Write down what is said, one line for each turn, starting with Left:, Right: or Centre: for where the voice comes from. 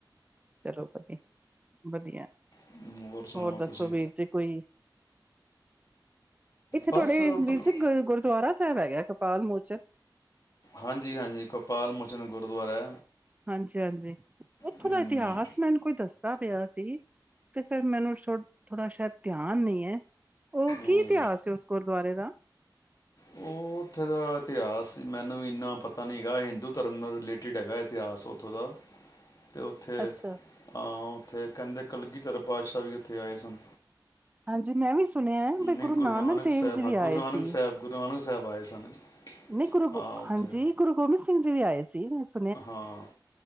Right: ਚਲੋ ਵਧੀਆ ਵਧੀਆ
Left: ਹਮ, ਸੁਣਾਓ
Right: ਹੋਰ ਦੱਸੋ
Left: ਤੁਸੀਂ
Right: ਵੀਰ ਜ ਕੋਈ ਇੱਥੇ ਥਹਾਡੇ
Left: ਬਸ ਆਪਣਾ-
Right: ਵੀਰ ਜ ਗੁਰਦੁਆਰਾ ਸਾਹਿਬ ਹੈਗੇ ਪਾਲ ਮੋਚਨ
Left: ਹਾਂਜੀ ਹਾਂਜੀ ਗਪਾਲ ਮਚਨ ਗੁਰਦੁਆਰਾ
Right: ਹਾਂਜੀ ਹਾਂਜੀ ਉੱਥੋਂ
Left: ਹਮ,
Right: ਦਾ ਇਤਿਹਾਸ ਮੈਨੂੰ ਕੋਈ ਦੱਸਦਾ ਪਿਆ ਸੀ ਤੇ ਫੇਿਰ ਮੈਨੂੰ ਥੋੜਾ ਸ਼ਾਇਦ ਧਿਆਨ ਨ ਹੈ ਉਹ ਕੀ
Left: ਹਮ,
Right: ਇਤਿਹਾਸ ਉਸ ਗੁਰਦੁਆਰੇ ਦਾ
Left: ਉਹ ਉੱਥੇ ਦਾ ਇਤਿਹਾਸ ਮੈਨੂੰ ਇੰਨਾ ਪਤਾ ਪਤਾ ਨਹੀਂ ਹੈਗਾ ਹਿੰਦੂ ਧਰਮ ਨਾਲ ਰਿਲੇਟਿਡ ਹੈਗਾ ਇਤਿਹਾਸ ਉੱਥੋਂ ਦਾ ਅਤੇ ਉੱਥੇ
Right: ਅੱਛਾ
Left: ਹਾਂ ਉੱਥੇ ਕਹਿੰਦੇ ਕਲਗੀ ਧਰ ਪਾਤਸ਼ਾਹ ਵੀ ਉੱਥੇ ਆਏ ਸਨ
Right: ਹਾਂਜੀ ਮੈਂ ਵੀ ਸੁਣਿਆ
Left: ਨਹੀਂ
Right: ਬ ਗੁਰੂ ਨਾਨਕ ਦੇਵ
Left: ਸਾਹਿਬ
Right: ਜੀ
Left: ਹਾਂ
Right: ਵੀ
Left: ਗੁਰੂ
Right: ਆਏ
Left: ਨਾਨਕ
Right: ਸੀ
Left: ਸਾਹਿਬ ਗੁਰੂ ਨਾਨਕ ਸਾਹਿਬ ਆਏ ਸਨ
Right: ਨਹੀਂ ਗੁਰੂ
Left: ਹਾਂ
Right: ਗ
Left: ਉੱਥੇ
Right: ਹਾਂਜੀ ਗੁਰੂ ਗੋਬਿੰਦ ਸਿੰਘ ਜੀ ਵੀ ਆਏ ਸੀ ਵੈਸੇ
Left: ਹਾਂ